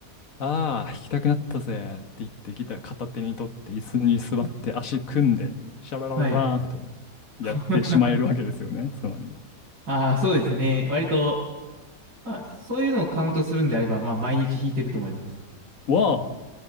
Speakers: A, on the left; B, on the right.
A: ああ、弾きたくなったぜって言ってギター片手に取って椅子に座って足組んでシャララララーンと
B: はい。<laughs>
A: やってしまえるわけですよね、つまり。
B: ああ、そうですね。割と、まあそういうのをカウントするんであれば、まあ毎日弾いてると思います。
A: わあ、